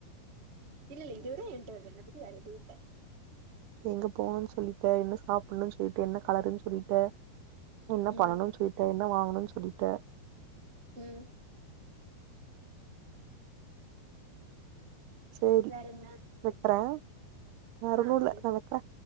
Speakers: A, on the right; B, on the right.
A: இல்லல்ல இத விட ‌ஏன்ட்ட என்ன பத்தி வேற ‌எதூவ் இல்ல
B: எங்க போவ்ணு சொல்லிட்ட என்ன சாப்பிட்ணு சொல்லிட்ட என்ன கலருன்னு சொல்லிட்ட என்ன
A: ம்
B: பண்ணனு சொல்லி ட்ட என்ன வாங்கணு சொல்லிட்டே
A: ம்
B: செரி
A: வேற என்ன
B: வைக்கறே வே
A: ஆ
B: ஒன்னூல்ல
A: சேரி
B: நா வைக்கறே